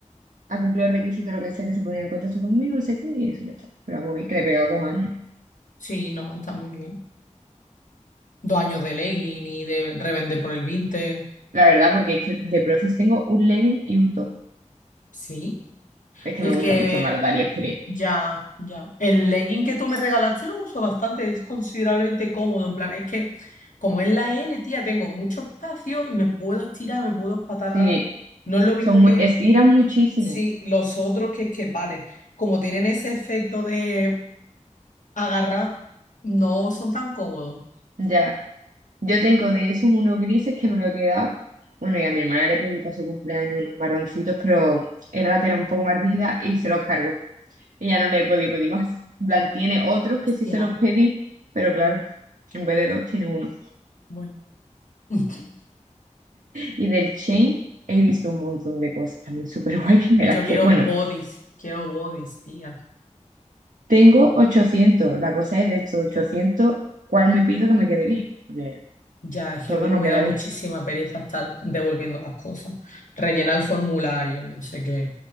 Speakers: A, on the right; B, on the left.
A: a cumplir los requisitos, lo que sea, que se ponía en contacto conmigo, no sé qué, y eso ya está. Pero vamos bien, que le he pegado dos años.
B: Sí, no, está muy bien. Dos años de legging y de revender por el 20.
A: La verdad, porque es que de Profis tengo un legging y un top.
B: Sí.
A: Es que
B: El
A: me gusta
B: que
A: mucho más los de AliExpress.
B: Ya, ya. El legging que tú me regalaste lo uso bastante, es considerablemente cómodo. En plan, es que como es la L, tía, tengo mucho espacio y me puedo estirar, me puedo espatarrar.
A: Sí,
B: No es lo mismo
A: son
B: que
A: muy, estiran muchísimo,
B: sí, los otros, que es que, vale, como tienen ese efecto de agarrar, no son tan cómodos.
A: ya. Yo tengo de esos unos grises que me lo he quedado. Bueno, y a mi hermana le pedí para su cumpleaños unos marroncitos, pero era era un poco más rígida y se los cargo Ella no le he podido pedir más. En plan, tiene otros
B: Hostia,
A: que sí se los pedí, pero claro, en vez de dos tiene uno.
B: bueno. <laughs>
A: Y del Chain he visto un montón de cosas también súper <laughs> guay que me
B: Yo
A: las que...
B: quiero
A: Bueno,
B: bodies, quiero bodies, tía.
A: tengo ochocientos La cosa es de estos ochocientos ¿cuál me pido que me quede bien? Porque
B: Ya, es
A: todo
B: que luego
A: no
B: me
A: queda
B: da muchísima
A: bien.
B: pereza estar devolviendo las cosas. Rellenar el formulario, no sé qué.